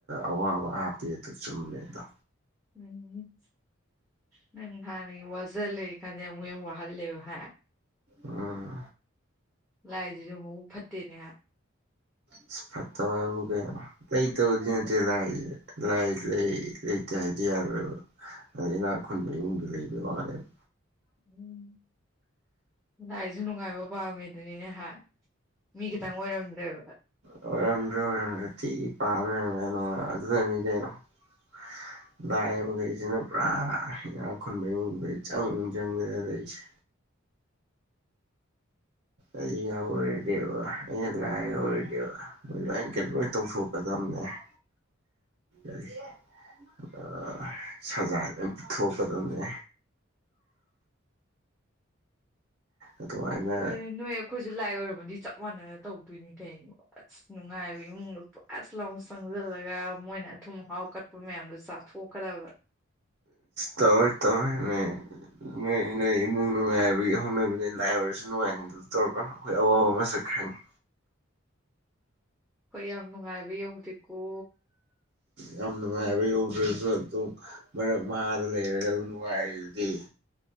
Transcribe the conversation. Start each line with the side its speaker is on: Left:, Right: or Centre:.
Right: ꯑꯋꯥꯕ ꯍꯥꯞꯄꯤ ꯑꯗꯨ ꯆꯨꯝꯃꯦꯗꯣ
Centre: ꯎꯝ <inaudible> ꯅꯪ ꯍ ꯋꯥꯖ ꯂꯩꯦ ꯀꯥꯟꯗꯦ ꯑꯃ ꯌꯥꯝ ꯋꯥꯍꯜꯂꯦꯕ ꯍꯥ
Right: ꯎꯝ
Centre: ꯂꯥꯏꯁꯤꯁꯨ ꯃꯕꯨꯛ ꯐꯠꯇꯦꯅꯦ ꯍꯥ
Right: ꯏꯁ ꯐꯠꯇ ꯍꯥꯏꯔꯕꯨ ꯀꯩꯅꯣ ꯂꯩꯇꯕꯗꯤ ꯅꯠꯇꯦ ꯂꯥꯏꯌꯦ ꯂꯥꯏ ꯂꯩ ꯂꯩꯇꯦ ꯍꯥꯏꯗꯤ ꯌꯥꯔꯣꯏꯕ ꯑꯗ ꯏꯅꯥꯛ ꯈꯨꯟꯕ ꯏꯃꯨꯡꯗꯨ ꯂꯩꯕ ꯋꯥꯅꯦꯕ
Centre: ꯎꯝ ꯑꯥꯏꯁꯨ ꯅꯨꯡꯉꯥꯏꯕ ꯄꯝꯃꯤꯗꯨꯅꯍ ꯃꯤ ꯈꯤꯇꯪ ꯑꯣꯏꯔꯝꯗ꯭ꯔꯦꯕ
Right: ꯑꯣꯢꯔꯝꯗꯔꯦ ꯑꯣꯏꯔꯝꯗ꯭ꯔꯦ ꯊꯤ ꯄꯥꯝ ꯂꯩꯔꯝꯃꯦ ꯅꯣꯡ ꯑꯗꯨꯅ ꯀꯩꯅꯣ ꯑ <unintelligible> ꯂꯥꯏ ꯒꯨꯝꯕꯁꯤꯅ ꯄꯨꯔꯥ ꯏꯅꯥ ꯈꯨꯟꯕ ꯏꯃꯨꯡꯗꯩ ꯆꯪ ꯆꯪꯗꯅ ꯂꯩꯁꯦ ꯑꯩ ꯌꯥꯎ ꯑꯣꯏꯔꯗꯤꯦꯕ ꯑꯩꯅ ꯂꯥꯏ ꯑꯣꯏꯔꯗꯤꯦꯕ ꯃꯣꯏ ꯂꯩꯅ ꯀꯩꯅ ꯂꯣꯏ ꯇꯧꯊꯣꯛꯀꯗꯕꯅꯦ ꯑ <inaudible> ꯑꯥ ꯁꯖꯥ ꯂꯣꯏ ꯄꯨꯊꯣꯛꯀꯗꯕꯅꯦ ꯑꯗꯨꯃꯥꯏꯅ
Centre: ꯍꯣꯏꯌꯦ ꯅꯣꯏ ꯑꯩꯈꯣꯏꯁꯨ ꯂꯥꯏ ꯑꯣꯏꯔꯝꯃꯗꯤ ꯆꯞ ꯃꯥꯅꯔ ꯇꯧꯗꯣꯏꯅꯤ ꯀꯩꯅꯣ ꯑꯁ ꯅꯨꯡꯉꯥꯏꯕ ꯏꯃꯨꯡꯗꯣ ꯄꯨꯁ ꯂꯥꯎ ꯆꯪꯖꯟꯂꯒꯕ ꯃꯣꯏꯅ ꯑꯊꯨꯝ ꯑꯍꯥꯎ ꯀꯠꯄ ꯃꯌꯥꯝꯗꯣ ꯆꯥ ꯊꯣꯛꯀꯗꯕ
Right: ꯇꯧꯔ ꯇꯧꯔꯃꯦ ꯅꯣꯏ ꯅꯣꯏ ꯏꯃꯨꯡ ꯅꯨꯡꯉꯥꯏꯕꯒꯤ ꯍꯧꯅꯕꯗ ꯂꯥꯏ ꯑꯣꯏꯔꯁꯨ ꯅꯨꯡꯉꯥꯏꯅꯤꯡꯗ ꯑꯗꯨ ꯇꯧꯔꯒ ꯑꯩꯈꯣꯏ ꯑꯋꯥꯕ ꯑꯃꯁꯨꯛ ꯈꯪꯉꯤ
Centre: ꯍꯣꯏ ꯌꯥꯝ ꯅꯨꯡꯉꯥꯏꯕ ꯌꯧꯗꯦꯀꯣ
Right: ꯌꯥꯝ ꯅꯨꯡꯉꯥꯏꯕ ꯌꯧꯗ꯭ꯔꯁꯨ ꯑꯗꯨꯝ ꯃꯔꯛ ꯃꯍꯥꯗ ꯂꯩꯔꯒ ꯑꯗꯨꯝ ꯅꯨꯡꯉꯥꯏꯔꯤꯗꯨꯗꯤ